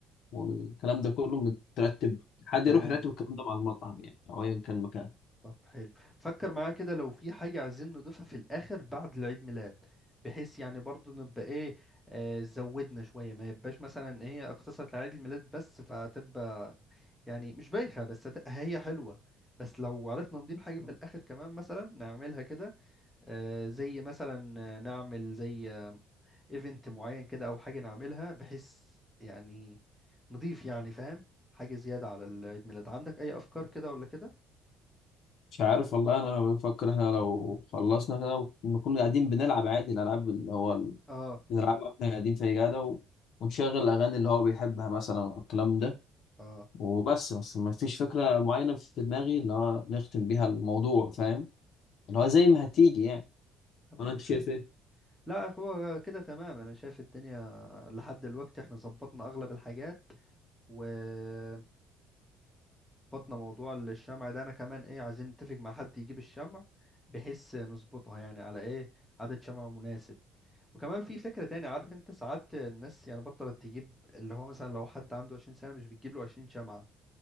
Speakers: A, on the left; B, in the centre.
A: والكلام ده كله مترتب حد
B: تمام
A: يروح يرتب الكلام ده مع المطعم يعني او ايا كان مكان
B: طب حلو فكر معايا كده لو في حاجة عايزين نضيفها في الآخر بعد العيد ميلاد بحيث يعني برضو نبقى ايه آه زودنا شوية ما يبقاش مثلا إن هي اقتصرت على عيد الميلاد بس فتبقى يعني مش بايخة بس هت- هي حلوة بس لو عرفنا نضيف حاجة في الآخر كمان مثلا نعملها كده آه زي مثلا آه، نعمل زي آه ايفنت معين كده أو حاجة نعملها بحيث يعني نضيف يعني فاهم حاجة زيادة على العيد ميلاد عندك أي أفكار كده ولا كده؟
A: مش عارف والله انا بفكر احنا لو خلصنا كده ونكون قاعدين بنلعب عادي الالعاب اللي هو ال-
B: اه
A: بنلعبها واحنا قاعدين في قاعده و... ونشغل الاغاني اللي هو بيحبها مثلا والكلام ده
B: اه
A: وبس بس ما فيش فكره معينه في دماغي اللي هو نختم بيها الموضوع فاهم اللي هو زي ما هتيجي يعني
B: تمام
A: ولا انت شايف
B: حلو
A: ايه
B: لا هو كده تمام انا شايف الدنيا لحد دلوقتي احنا ظبطنا اغلب الحاجات وظبطنا موضوع الشمع ده انا كمان ايه عايزين نتفق مع حد يجيب الشمع بحيث نظبطها يعني على ايه عدد شمع مناسب وكمان في فكرة تاني عارف انت ساعات الناس يعني بطلت تجيب اللي هو مثلا لو حد عنده 20 سنة مش بتجيب له 20 شمعة